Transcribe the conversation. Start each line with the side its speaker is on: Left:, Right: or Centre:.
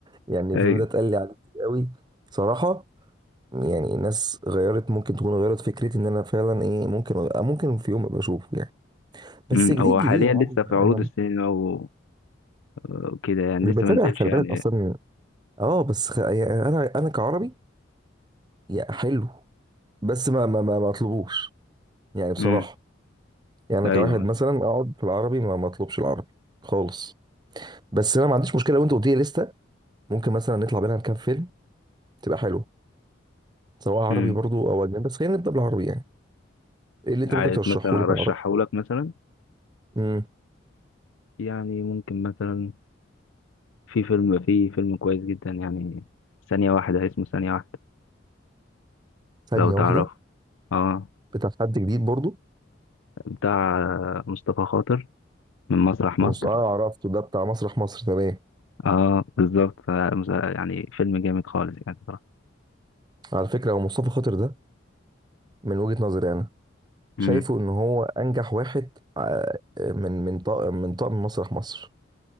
Right: يعني
Left: ايوه
Right: الفيلم ده اتقال لي عليه كتير قوي صراحة يعني الناس غيرت ممكن تكون غيرت فكرتي ان انا فعلا ايه ممكن ممكن في يوم ابقى اشوفه يعني بس
Left: مم،
Right: جديد
Left: هو
Right: جديد
Left: حاليا
Right: يا عم
Left: لسه في عروض
Right: انا
Left: السينما و- وكده يعني
Right: مش
Left: لسه
Right: بتابع
Left: ما نزلش
Right: خلي
Left: يعني
Right: بالك اصلا اه بس خ... يعني انا انا كعربي يا حلو بس ما ما ما ما اطلبوش يعني بصراحة
Left: مم،
Right: يعني انا
Left: ايوه
Right: كواحد مثلا اقعد في العربي ما ما اطلبش العربي خالص بس انا ما عنديش مشكله لو انت قلت لي لسته ممكن مثلا نطلع بينها كام فيلم تبقى حلو سواء عربي
Left: مم.
Right: برضو او اجنبي بس خلينا نبدا بالعربي يعني ايه اللي انت
Left: عايز
Right: ممكن ترشحه
Left: مثلا
Right: لي
Left: ارشحه
Right: في العربي
Left: لك مثلا
Right: امم
Left: يعني ممكن مثلا في فيلم في فيلم كويس جدا يعني ثانية واحدة اسمه ثانية واحدة
Right: ثانيه
Left: لو تعرف
Right: واحده
Left: اه
Right: بتاع حد جديد برضو
Left: بتاع مصطفى خاطر من مسرح
Right: مص...
Left: مصر
Right: اه عرفته ده بتاع مسرح مصر تمام
Left: اه بالظبط ف- يعني فيلم جامد خالص يعني صراحة
Right: على فكره هو مصطفى خاطر ده من وجهه نظري انا شايفه
Left: امم
Right: ان هو انجح واحد آه، من من طاقم من طاقم مسرح مصر